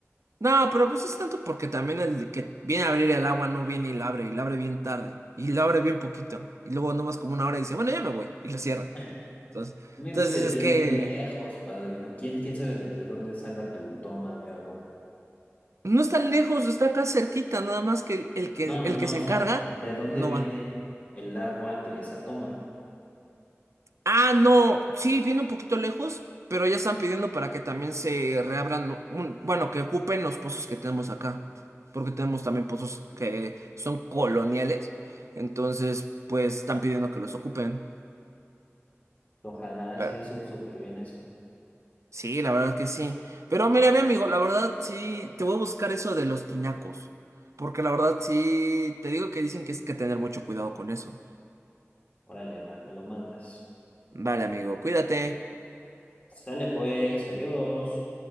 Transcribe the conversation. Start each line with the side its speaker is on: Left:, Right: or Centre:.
Right: No, pero pues es tanto porque también el de que viene a abrir el agua no viene y la abre, y la abre bien tarde, y la abre bien poquito, y luego nomás como una hora y dice, bueno, ya me voy, y la cierra.
Left: <laughs>
Right: Entonces,
Left: También
Right: entonces
Left: vives
Right: es
Left: bien,
Right: que
Left: bien lejos, padre, ¿no? ¿Quién, quién sabe desde dónde salga tu toma de agua?
Right: no está lejos, está acá cerquita, nada más que el, el que
Left: No, no,
Right: el
Left: no,
Right: que se
Left: o
Right: encarga
Left: sea, ¿de dónde
Right: no
Left: viene
Right: va.
Left: el agua de esa toma?
Right: Ah, no, sí, viene un poquito lejos, pero ya están pidiendo para que también se reabran, un- bueno, que ocupen los pozos que tenemos acá, porque tenemos también pozos que son coloniales, entonces pues están pidiendo que los ocupen.
Left: Ojalá
Right: Pero,
Left: sea su- súper bien eso.
Right: sí, la verdad que sí. Pero mira, mi amigo, la verdad sí, te voy a buscar eso de los tinacos. Porque la verdad sí, te digo que dicen que es que tener mucho cuidado con eso.
Left: Órale, va, me lo mandas.
Right: Vale, amigo, cuídate.
Left: Sale pues, adiós.